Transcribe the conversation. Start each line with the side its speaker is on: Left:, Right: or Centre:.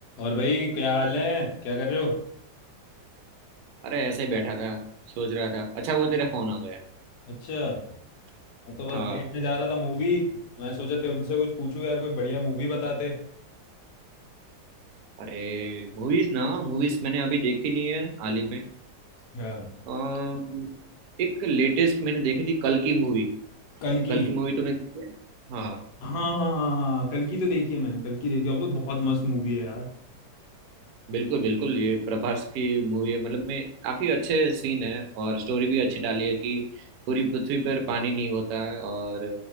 Left: और भाई क्या हाल
Right: अरे
Left: है क्या कर रहे हो
Right: ऐसे ही बैठा था सोच रहा था अच्छा वो तेरा फोन आ गया
Left: अच्छा मैं तो बस
Right: हाँ
Left: देखने जा रहा था मूवी मैं सोचा तुमसे कुछ पूछूं यार कोई बढ़िया मूवी बताते
Right: अरे मूवीज ना मूवीज मैंने अभी देखी नहीं है हाल ही में
Left: हाँ
Right: अम, एक लेटेस्ट मैंने देखी थी कल की मूवी
Left: कल की
Right: कल की मूवी तूने देखी है हाँ
Left: हाँ हाँ हाँ हाँ कल की तो देखी है मैंने कल की देखी है और वो बहुत मस्त मूवी है यार
Right: बिल्कुल बिल्कुल ये प्रभास की मूवी है मतलब में काफी अच्छे सीन है और स्टोरी भी अच्छी डाली है कि पूरी पृथ्वी पर पानी नहीं होता है और